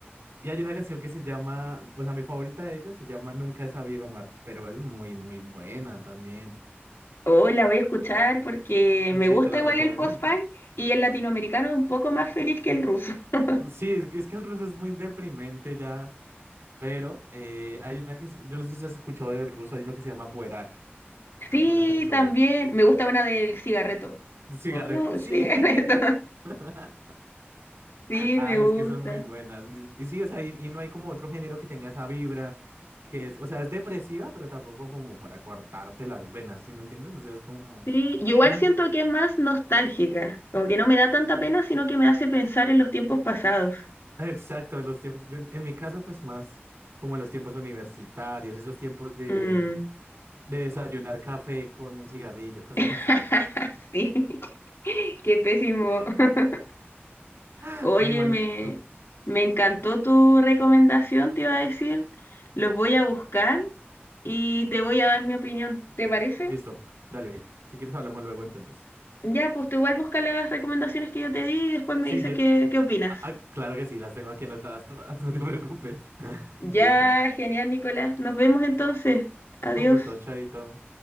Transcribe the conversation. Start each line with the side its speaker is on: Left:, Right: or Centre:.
Right: Y hay una canción que se llama, pues a mi favorita de ellas se llama Nunca he sabido amar, pero es muy, muy buena también.
Left: Hoy la voy a escuchar porque me
Right: Sí,
Left: gusta
Right: te la
Left: igual
Right: recomiendo.
Left: el post-punk y el latinoamericano es un poco más feliz que el ruso. <laughs>
Right: Sí, es que, es que el ruso es muy deprimente ya. Pero eh, hay una que, se- yo no sé si has escuchado del ruso, hay uno que se llama Buerak, que canta
Left: Sí,
Right: una canción sobre
Left: también me gusta una del cigarreto.
Right: cigarreto.
Left: Con un
Right: Sí.
Left: cigarreto.
Right: <laughs>
Left: Sí,
Right: Ay,
Left: me gusta.
Right: es que son muy buenas. Y, y sí, o sea, y, y no hay como otro género que tenga esa vibra, que es, o sea, es depresiva, pero tampoco como para cortarte las venas, ¿sí me entiendes? O sea, es como
Left: Sí, yo igual
Right: un...
Left: siento que es más nostálgica, como que no me da tanta pena, sino que me hace pensar en los tiempos pasados.
Right: Exacto, los tiempos, yo en en mi caso, pues más como en los tiempos universitarios, esos tiempos de,
Left: Mm.
Right: de desayunar café con un cigarrillo, cosas
Left: <laughs>
Right: así.
Left: Sí, <laughs> qué pésimo. <laughs>
Right: <laughs>
Left: Oye,
Right: Muy mal.
Left: me,
Right: ah.
Left: me encantó tu recomendación, te iba a decir. Los voy a buscar y te voy a dar mi opinión. ¿Te parece?
Right: Listo, dale. Si quieres hablamos luego entonces.
Left: Ya, pues tú igual busca las recomendaciones que yo te di y después me
Right: Sí,
Left: dices
Right: yo...
Left: qué, qué opinas.
Right: ah, ah, claro que sí, las tengo aquí anotadas todas, <laughs> no te preocupes. <laughs>
Left: Ya,
Right: Listo.
Left: genial, Nicolás. Nos vemos entonces. Adiós.
Right: Fue un gusto, chaito.